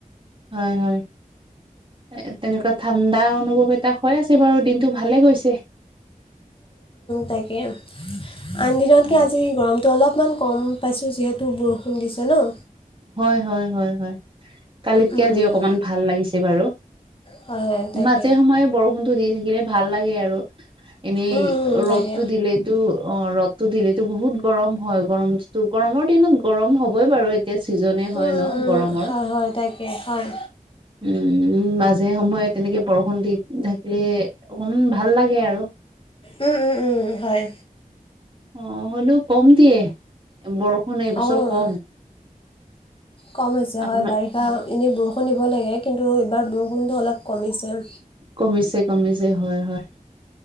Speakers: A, on the right (about 35°); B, on the left (about 40°).
A: হয়, হয়। এ তেনেকুৱা ঠাণ্ডা অনুভৱ এটা হৈ আছে বাৰু দিনটো ভালে গৈছে।
B: তাকে, আন দিনতকৈ
A: অ',
B: আজি গৰমটো অলপ অকণমান কম পাইছোঁ, যিহেতু বৰষুণ দিছে ন
A: হয়, হয়, হয়, হয়। কালিতকে
B: উম
A: আজি
B: উম
A: অকণমান ভাল লাগিছে বাৰু।
B: হয় হয় তাকে
A: মাজে সময়ে বৰষুণটো দি থাকিলে ভাল লাগে আৰু এনেই
B: উম উম
A: ৰ'দতটো
B: তাকে
A: দিলেইটো অ ৰ'দটো দিলেই টো বহুত গৰম হয়। গৰমটো গৰমৰ দিনত গৰম হ'বই বাৰু এতিয়া ছিজনে হয়
B: উম
A: ন
B: উম উম
A: গৰমৰ।
B: হয় হয় তাকে হয়
A: উম উম। মাজে সময়ে তেনেকে বৰষুণ দি থাকিলেম ভাল লাগে আৰু
B: উম উম উম হয়।
A: আহ হলেও কম দিয়ে। বৰষুণ এইবছৰ
B: অঁ
A: কম।
B: কম হৈছে
A: আপোনাৰ
B: হয়। বাৰিষা
A: অ
B: এনেই বৰষুণ দিব লাগে কিন্তু এইবাৰ দুগুণটো অলপ কমিছে।
A: কমিছে, কমিছে হয়। হয়।